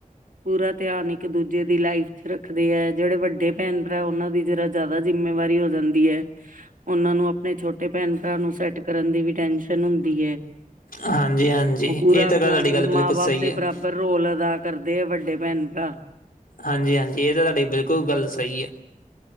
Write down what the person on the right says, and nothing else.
ਪੂਰਾ ਧਿਆਨ ਇ ਇੱਕ ਦੂਜੇ ਦੀ ਲਾਈਫ 'ਚ ਰੱਖਦੇ ਐ, ਜੇੜੇ ਵੱਡੇ ਭੈਣ ਭਰਾ ਓਨਾਂ ਦੀ ਜਰਾ ਜਾਦਾ ਜਿੰਮੇਵਾਰੀ ਹੋ ਜਾਂਦੀ ਐ। ਓਨਾਂ ਨੂੰ ਆਪਣੇ ਛੋਟੇ ਭੈਣ ਭਰਾ ਨੂੰ ਸੈ ਟ ਕਰਨ ਦੀ ਵੀ ਟੈਸ਼ਨ ਹੁੰਦੀ ਐ,
ਓ ਪੂਰਾ
ਆਪਣਾ
ਮਾਂ
ਬਾਪ
ਦੇ
ਬਰਾ ਬਰ ਰੋਲ ਅਦਾ ਕਰਦੇ ਆ ਵੱਡੇ ਭੈਣ- ਭਰਾ।